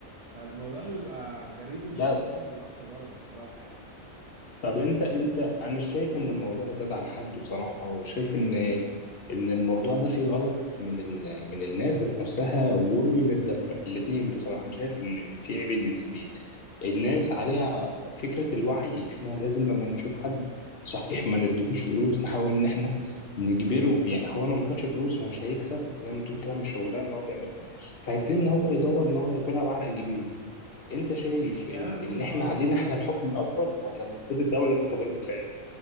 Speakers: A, on the right; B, on the left.
A: فالموضوع بيبقى غريب ومستفز
B: لا
A: لاقصى درجه الصراحه يعني
B: طب انت انت انا شايف ان الموضوع زاد عن حده بصراحه وشايف ان ان الموضوع ده فيه غلط من ال... من الناس ذات نفسها ومن الدوله الاثنين بصراحه انا شايف ان في عيبين من الاثنين الناس عليها فكره الوعي احنا لازم لما نشوف حد صحيح ما ندلوش فلوس نحاول ان احنا نجبره يعني هو لو ما خدش فلوس فمش هيكسب زي ما بتقول كده مش الشغلانه اللي هو بيعملها فهيبتدي ان هو يدور ان هو ياكلها بعرق جبينه انت شايف ان
A: يعني انا
B: ان
A: مش
B: احنا
A: هقدر
B: علينا
A: اقول
B: احنا
A: لا
B: الحكم الاكبر ولا المفروض الدوله تاخد رد فعل